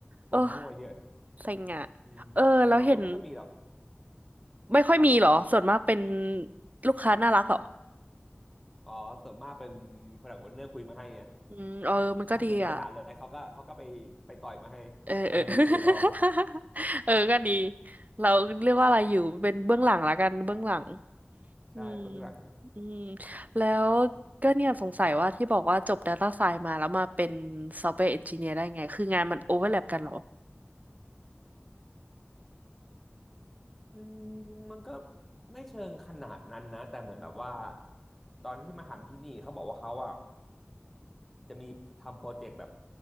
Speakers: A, in the centre; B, on the right.
A: คนมั่วเยอะ
B: โอ้เซ็งอ่ะ
A: อืมแต่รวมก็ไม่ค่อยมีหรอก
B: เออแล้วเห็นไม่ค่อยมีเหรอส่วนมากเป็น
A: ครับ
B: ลูกค้าน่ารักเหรอ
A: อ๋อส่วนมากเป็น Product Owner คุยมาให้ไง
B: อืมเออมันก็ดีอ่ะ
A: ถ้าเกิดมีปัญหาอะไรเขาก็เขาก็ไปไปต่อยมาให้
B: เออ <laughs> เออ
A: เราอยู่เฉยๆรอ
B: <laughs> เออก็ดีเราเรียกว่าอะไรอยู่เป็นเบื้องหลังละกันเบื้องหลัง
A: ใช่เบื้องหลัง
B: อืมอืมแล้วก็เนี่ยสงสัยว่าที่บอกว่าจบ Data Science มาแล้วมาเป็น Software Engineer ได้ไงคืองานมันโอเวอร์แลปกันเหรอ
A: อืมมันก็ไม่เชิงขนาดนั้นนะแต่เหมือนแบบว่าตอนที่มาทำที่นี่เขาบอกว่าเขาอ่ะจะมีทำโปรเจกต์แบบ